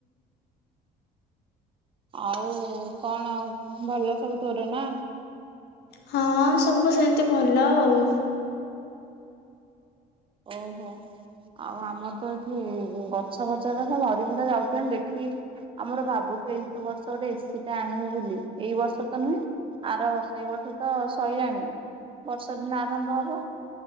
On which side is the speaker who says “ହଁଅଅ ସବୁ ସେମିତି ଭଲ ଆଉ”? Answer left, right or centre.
Left